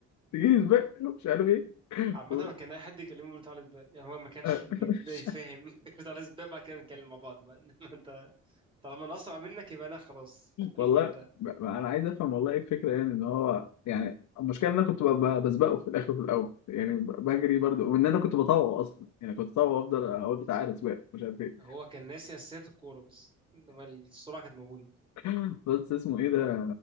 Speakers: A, on the left; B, on the right.
A: تجيني سباق مش عارف ايه
B: عامة
A: هو-
B: كان أي حد يكلمه بيقول تعالى سباق يعني هو ما كانش
A: آه،
B: بيبدأ
A: <laughs> مش
B: يتفاهم
A: عارف.
B: <laughs> بيقول تعالى سباق <laughs> بعد كده نتكلم مع بعض بقى <laughs> إنما أنت طالما أنا أسرع منك يبقى أنا خلاص <laughs> الموضوع
A: والله
B: انتهى
A: ب- انا عايز افهم والله ايه الفكره يعني ان هو يعني المشكله ان انا كنت ب- ب- بسبقه في الاخر وفي الاول يعني ب- بجري برضو وان انا كنت بطوع اصلا يعني كنت بطوع وافضل اقول بتاع عارف سباق مش عارف ايه
B: هو كان ناسي أساسيات الكورة بس إنما السرعة كانت موجودة
A: <laughs> بس اسمه ايه ده